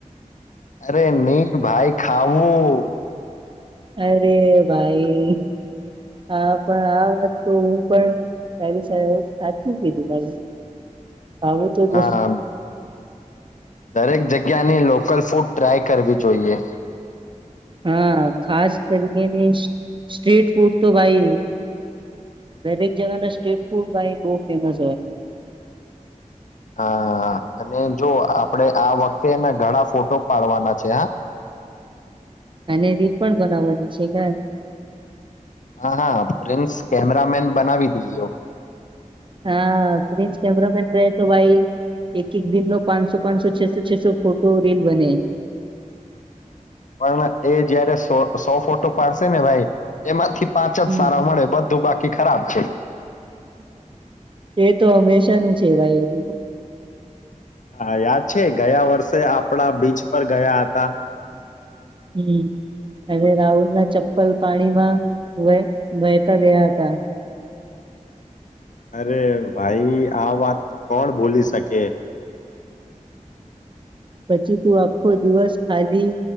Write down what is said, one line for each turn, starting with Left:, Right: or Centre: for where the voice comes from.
Left: અરે નહી ભાઈ ખાવું
Right: અરે ભાઈ આા પણ આ વાત તો હું પણ તારી સાચું કીધું ત આવું તો જ
Left: હા દરેક જગ્યાની લોકલ ફૂડ ટ્રાય કરવી જોઈએ
Right: હા ખાસ કરીકેની સ્ટ્રીટ ફૂડ તો ભાઈ દરેક જગના સ્ટ્રીટ ફૂડ ભાઈ બહ ફેમસ હોય
Left: હા અને જો આપણેે આ વખતે એના ઘણા ફોટો પાડવાના છે હા
Right: અને રી પણ બનાવવાની છે કે <inaudible>
Left: હા હા પ્રિન્સ કેમેરામેન બનાવી દઈયો
Right: હા પ્રિન્સ કેમેરામેન રહે તો ભાઈ એક એક દિન નો પાંચસો પાંચસો છસો છસો ફોટો રીલ બને
Left: પણ એ જયારે સો સો ફોટો પાડશે ને ભાઈ એમાંથી પાંચ જ
Right: હમા
Left: સારા મળે બધું બાકી ખરાબ છે
Right: એ તો હંમેશા શનું છેવાય એવ
Left: હા યાદ છે ગયા વર્ષે આપણા બીચ પર ગયા હતા
Right: હમ અને રાહુલ ના ચપ્પલ પાણીમાં વ વહેતા ગયા હતા
Left: અરે ભાઈ આ વાત તો કોણ ભૂલી શકે
Right: પછી તું આખો દિવસ ખાલી